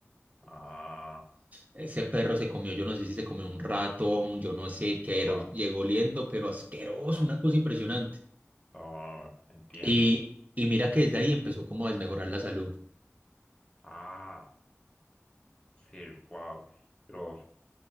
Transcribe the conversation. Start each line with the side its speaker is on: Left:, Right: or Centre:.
Left: Ah,
Right: Ese perro se comió, yo no sé si se comió un ratón, yo no sé qué
Left: wow.
Right: era, llegó oliendo, pero asqueroso, una cosa impresionante.
Left: Oh, entiendo.
Right: Y, y mira que desde ahí empezó como a desmejorar la salud.
Left: Ah, sí, wow. La,